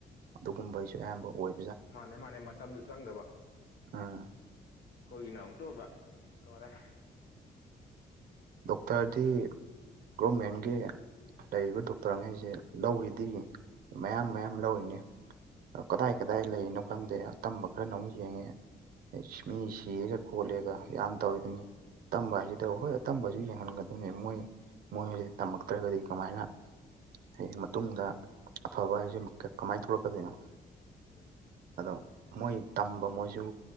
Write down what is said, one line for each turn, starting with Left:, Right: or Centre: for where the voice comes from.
Right: ꯑꯗꯨꯒꯨꯝꯕꯩꯁꯨ ꯑꯌꯥꯝꯕ ꯑꯣꯏ
Left: ꯃꯥꯜꯂꯦ ꯃꯥꯜꯂꯦ ꯃꯇꯝꯖꯨ ꯆꯪꯗꯕ
Right: ꯑ
Left: ꯑꯈꯣꯏꯒꯤꯅ ꯑꯃꯨꯛꯇꯣꯏꯕ ꯂꯣꯏꯔꯦ
Right: ꯗꯣꯛꯇ꯭ꯔꯗꯤ ꯒꯣꯔꯃꯦꯟꯒꯤ ꯂꯩꯔꯤꯕ ꯗꯣꯛꯇ꯭ꯔꯉꯩꯖꯦ ꯂꯧꯔꯤꯗꯤ ꯃꯌꯥꯝ ꯃꯌꯥꯝ ꯂꯧꯔꯤꯅꯤ ꯑ ꯀꯗꯥꯏ
Left: ꯎꯝ
Right: ꯀꯗꯥꯏ ꯂꯩꯔꯤꯅꯣ ꯈꯪꯗꯦ ꯑꯇꯝꯕ ꯈꯔꯅ ꯑꯃꯨꯛ ꯌꯦꯡꯉꯦ ꯃꯤ ꯁꯤꯔꯦꯒ ꯈꯣꯠꯂꯦꯒ ꯌꯥꯝ ꯇꯧꯋꯤꯗꯨꯅꯤ ꯑꯇꯝꯕ ꯍꯥꯏꯖꯤꯗꯕꯨ ꯍꯣꯏ ꯑꯇꯝꯕꯖꯨ ꯌꯦꯡꯍꯟꯒꯗꯣꯏꯅꯦ ꯃꯣꯏ ꯃꯣꯏꯑꯖꯦ ꯇꯝꯃꯛꯇ꯭ꯔꯒꯗꯤ ꯀꯃꯥꯏꯅ ꯍꯌꯦꯡ ꯃꯇꯨꯡꯗ ꯑꯐꯕ ꯍꯥꯏꯖꯦꯃꯨꯛ ꯀꯃꯥꯏ ꯊꯣꯛꯂꯛꯀꯗꯣꯏꯅꯣ
Left: ꯎꯝ
Right: ꯑꯗꯧ ꯃꯣꯏ ꯇꯝꯕ ꯃꯣꯏꯁꯨ